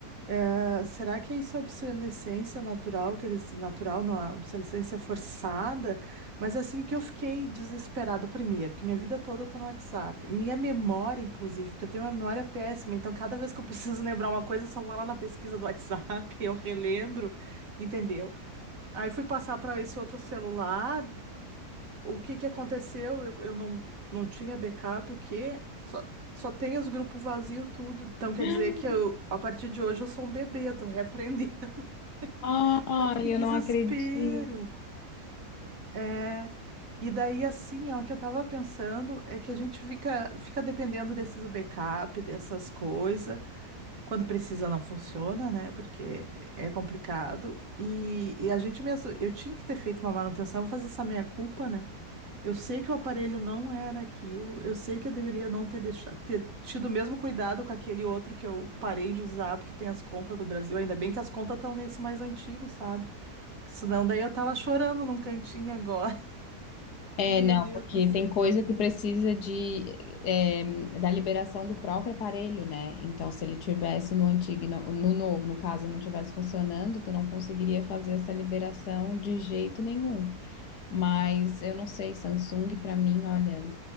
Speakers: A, on the right; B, on the left.
A: É, será que é isso é obsolescência natural, que eles, natural não, é obsolescência forçada? Mas assim que eu fiquei desesperada primeiro, porque minha vida toda eu tô no WhatsApp. Minha memória, inclusive, porque eu tenho uma memória péssima, então cada vez que eu preciso <laughs> lembrar uma coisa, eu só vou lá na pesquisa do WhatsApp, <laughs> eu relembro, entendeu? Aí fui passar para esse outro celular o que que aconteceu? Eu, eu não, não tinha backup, o quê? Só, só tem os grupos vazios, tudo. Então quer
B: <gasps>
A: dizer que eu, a partir de hoje eu sou um bebê, tô reaprendendo. <laughs>
B: Ai,
A: Mas que desespero.
B: eu não acredito.
A: É. E daí, assim, ó, o que eu tava pensando é que a gente fica, fica dependendo desses backup, dessas coisas. Quando precisa, não funciona, né? Porque é complicado. E, e a gente mesmo, eu tinha que ter feito uma manutenção, vou fazer essa meia-culpa, né? Eu sei que o aparelho não era aquilo, eu sei que eu deveria não ter deixado, ter tido o mesmo cuidado com aquele outro que eu parei de usar, porque tem as contas do Brasil. Ainda bem que as contas estão nesse mais antigo, sabe? Porque senão daí eu tava chorando num cantinho agora. <laughs>
B: É,
A: Meu
B: não,
A: Deus
B: porque
A: do céu.
B: tem coisa que precisa de, eh, da liberação do próprio aparelho, né? Então, se ele tivesse no antigo, e não- no novo, no caso, ele não tivesse funcionando, tu não conseguiria fazer essa liberação de jeito nenhum. Mas eu não sei, Samsung, pra mim, olha,